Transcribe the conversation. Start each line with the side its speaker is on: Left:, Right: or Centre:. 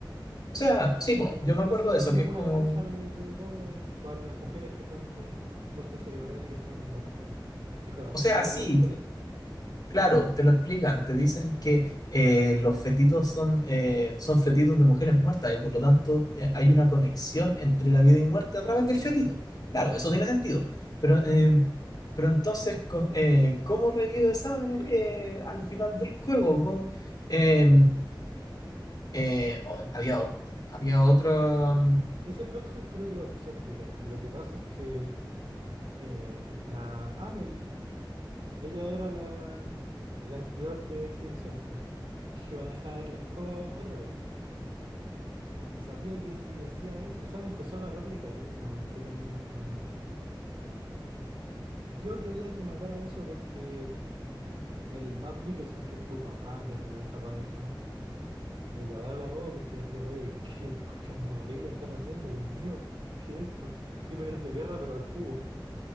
Right: Y
Left: o sea, sí, po,
Right: ca-
Left: yo me
Right: casi
Left: acuerdo
Right: hay
Left: de eso,
Right: como
Left: que es
Right: una
Left: como...
Right: granja de, de guaguas para mujeres que estaban con muerte cerebral y que estaban embarazadas, que fue bastante
Left: O sea,
Right: ilegal
Left: sí,
Right: y feo.
Left: Claro, te lo explican, te dicen que eh, los fetitos son, eh, son fetitos de mujeres muertas y por lo tanto eh, hay una conexión entre la vida y muerte a través del fetito. Claro,
Right: Ujú.
Left: eso tiene sentido. Pero, eh, pero entonces, con- eh, ¿cómo revive Saben eh, al final del juego? ¿Cómo, eh, eh, o- había, ot- había otro.
Right: Ese plot hole creo que lo sé explicar. Lo que pasa es que eh, la Amelie Ella era la, la entidad de extinción, pues, que iba a dejar la escoba otra vez. Y sabía que si hacía eso, o sea, empezó a agarrarle cariño, entre comillas, a la humanidad. Vio que había que matar a eso porque el Matt Mikkelsen, que es tu papá, en realidad, el papá de Sam, se quería llevar a la boba porque decía, oye, qué, qué, qué cuestión más horrible están haciendo, Dios mío, ¿qué es esto? Crímenes de guerra, pero al cubo.